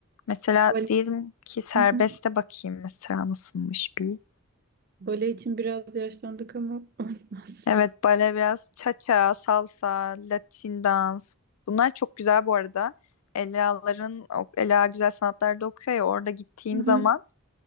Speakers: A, on the left (about 85°); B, on the right (about 45°).
A: Mesela
B: Bale,
A: diyelim ki serbeste
B: Hı hı.
A: bakayım mesela nasılmış bir.
B: Bale için biraz yaşlandık ama <laughs> olmaz.
A: Evet bale biraz cha-cha, salsa, Latin dans. Bunlar çok güzel bu arada. Ela'ların, o- Ela Güzel Sanatlar'da okuyor ya orada gittiğim
B: Hı
A: zaman
B: hı.